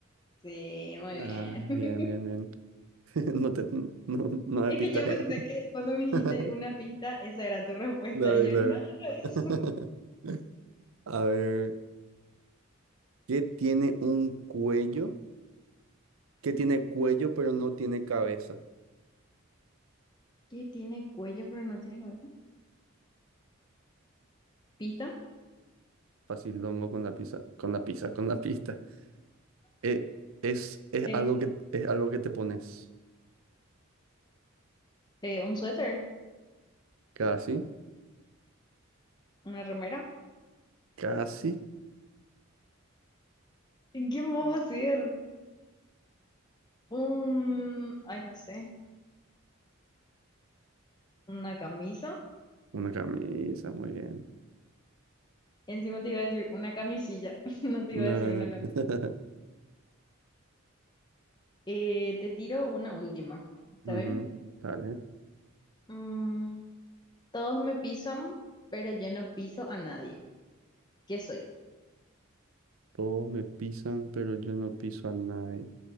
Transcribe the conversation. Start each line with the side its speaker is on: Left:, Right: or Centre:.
Left: Sí, muy
Right: Ah,
Left: bien.
Right: bien,
Left: <laughs>
Right: bien, bien. <laughs> No te, no, no me
Left: Es
Right: pistaje.
Left: que yo pensé que cuando me dijiste
Right: <laughs>
Left: una pista, esa era tu respuesta.
Right: Claro,
Left: Y yo,
Right: claro.
Left: no, no es.
Right: <laughs> A ver, ¿qué tiene un cuello? ¿Qué tiene cuello pero no tiene cabeza?
Left: ¿Qué tiene cuello pero no tiene cabeza? ¿Pista?
Right: Facilongo con la pizza, con la pizza, con la pista. Eh, es, es
Left: ¿Qué?
Right: algo que, es algo que te pones.
Left: Eh, ¿un suéter?
Right: Casi,
Left: ¿Una remera?
Right: casi.
Left: ¿En qué más va a ser? Un, ay, no sé, una camisa.
Right: Una camisa, muy bien.
Left: Encima te iba a decir una camisilla, <laughs> no te
Right: No,
Left: iba a decir una
Right: no. <laughs>
Left: Eh, te tiro una última, ¿está
Right: Ujú,
Left: bien?
Right: Dale.
Left: Mm, todos me pisan, pero yo no piso a nadie. ¿Qué soy?
Right: Todos me pisan, pero yo no piso a nadie.